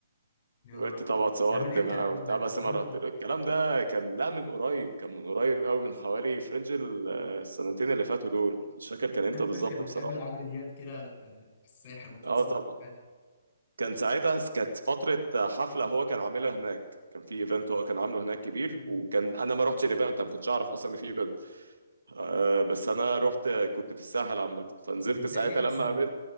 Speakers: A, on the left; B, on the right.
A: يا
B: قلت
A: نهار
B: طبعا اتصورت
A: ده من امتى
B: معاه
A: الحوار
B: وبتاع
A: ده؟
B: بس
A: بقاله
B: ما رحت له الكلام ده كان لا من قريب كان من قريب قوي من حوالي فرنج ال- السنتين اللي فاتوا دول مش فاكر كان امتى
A: حلو فشخ
B: بالظبط
A: انك
B: بصراحة
A: تقابل عمرو دياب كده وانت في الساحل وتتصور
B: اه طبعا
A: معاه
B: كان ساعتها كانت فترة حفلة هو كان عاملها هناك كان في ايفنت هو كان عامله هناك كبير
A: مم.
B: وكان انا ما رحتش الايفنت ما كنتش اعرف اصلا ان في ايفنت آه بس انا رحت كنت في الساحل عامة فنزلت
A: انت
B: ساعتها
A: ايه احسن
B: لما